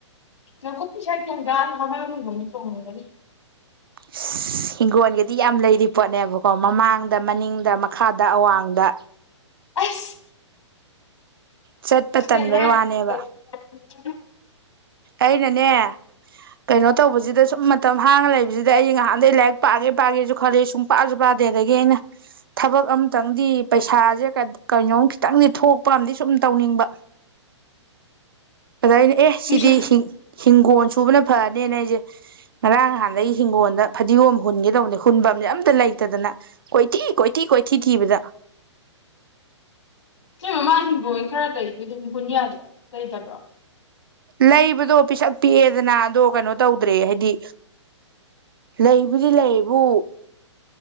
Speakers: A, on the left; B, on the right.
A: ꯅ ꯀꯨꯄꯤ ꯁꯅꯤ ꯆꯣꯡꯉꯒꯅꯤ
B: ꯑꯁ ꯍꯤꯡꯒꯣꯜꯒꯤꯗꯤ ꯌꯥꯝ ꯂꯩꯔꯤ ꯄꯣꯠꯅꯦꯕꯀꯣ ꯃꯃꯥꯡꯗ ꯃꯅꯤꯡꯗ ꯃꯈꯥꯗ ꯑꯋꯥꯡꯗ
A: ꯑꯁ
B: ꯆꯠꯄ ꯇꯟꯕꯩ
A: ꯅꯪ ꯍꯥꯏꯗꯨꯗꯤ
B: ꯋꯥꯅꯦꯕ ꯑꯩꯅꯅꯦ ꯀꯩꯅꯣ ꯇꯧꯕꯁꯤꯗ ꯁꯨꯝ ꯃꯇꯝ ꯍꯥꯡꯉ ꯂꯩꯕꯁꯤꯗ ꯑꯩ ꯉꯍꯥꯟꯗꯒꯤꯩ ꯂꯥꯏꯔꯤꯛ ꯄꯥꯒꯦ ꯄꯥꯒꯦꯁꯨ ꯈꯂ ꯁꯨꯝ ꯄꯥꯁꯨ ꯄꯥꯗꯦ ꯑꯗꯒꯤ ꯑꯩꯅ ꯊꯕꯛ ꯑꯝꯇꯪꯗꯤ ꯄꯩꯁꯥꯁꯦ ꯀꯩꯅꯣꯝ ꯈꯤꯇꯪꯗꯤ ꯊꯣꯛꯄ ꯑꯝ ꯁꯨꯝ ꯇꯧꯅꯤꯡꯕ ꯑꯗꯨꯗꯥꯥꯏꯅꯦ ꯑꯦ ꯁꯤꯗꯤ
A: ꯅꯨꯡꯁꯥ
B: ꯍꯤꯡꯒꯣꯜ ꯁꯨꯕꯅ ꯐ ꯐꯅꯦꯅ ꯑꯩꯁꯦ ꯉꯔꯥꯡ ꯅꯍꯥꯟꯗꯒꯤ ꯍꯤꯡꯒꯣꯜꯗ ꯐꯗꯤꯒꯣꯝ ꯍꯨꯟꯒꯗꯧꯕꯅꯦ ꯍꯨꯟꯕ ꯑꯝꯅꯦ ꯑꯝꯇ ꯂꯩꯇꯗꯅ ꯀꯣꯏꯊꯤ ꯀꯣꯏꯊꯤ ꯀꯣꯏꯊꯤ ꯊꯤꯕꯗ
A: ꯁꯤ ꯃꯃꯥꯁꯤꯡꯗꯣꯏ ꯈꯔ ꯂꯩꯗꯦ ꯑꯗꯨ ꯀꯨꯟꯌꯥꯗ ꯂꯩꯗꯕ꯭ꯔꯣ
B: ꯂꯩꯕꯗꯣ ꯄꯤꯁꯛ ꯄꯤꯛꯑꯦꯗꯅ ꯑꯗꯣ ꯀꯩꯅꯣ ꯇꯧꯗ꯭ꯔꯦ ꯍꯥꯏꯗꯤ ꯂꯩꯕꯨꯗꯤ ꯂꯩꯕꯨ